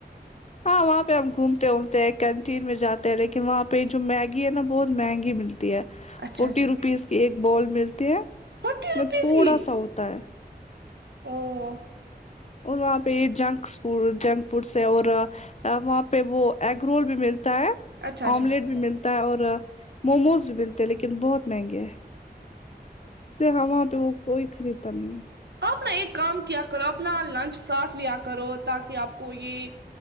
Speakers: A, on the left; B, on the right.
A: ہاں وہاں پہ ہم گھومتے وھومتے ہیں کینٹین میں جاتے ہیں لیکن وہاں پہ جو میگی ہے نا بہت مہنگی ملتی ہے
B: اچھا
A: فورٹی
B: اچھا
A: روپیز کی ایک بول ملتی ہے اس
B: فورٹی
A: میں
B: روپیز
A: تھوڑا
B: کی
A: سا ہوتا ہے
B: او
A: اور وہاں پہ یہ جنگس فو جنگس فوڈس ہے اور وہاں پہ وہ ایگ رول بھی ملتا ہے
B: اچھا اچھا
A: آملیٹ بھی ملتا ہے اور موموز بھی ملتے ہیں لیکن بہت مہنگے ہیں سحواں تو وہ کوئی خریدا نہیں ہے
B: اپنا ایک کام کیا کرو اپنا لنچ ساتھ لیا کرو تاکہ آپ کو یہ